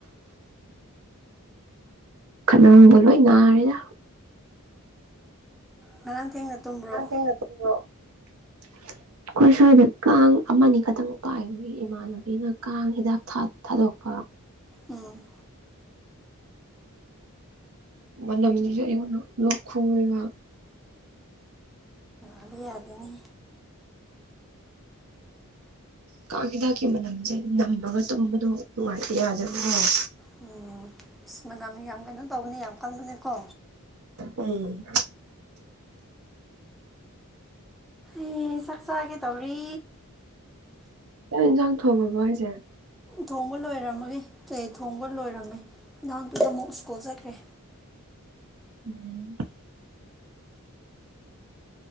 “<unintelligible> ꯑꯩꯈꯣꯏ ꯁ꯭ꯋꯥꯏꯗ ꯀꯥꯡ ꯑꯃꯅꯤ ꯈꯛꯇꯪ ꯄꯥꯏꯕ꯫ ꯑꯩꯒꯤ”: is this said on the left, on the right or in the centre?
Right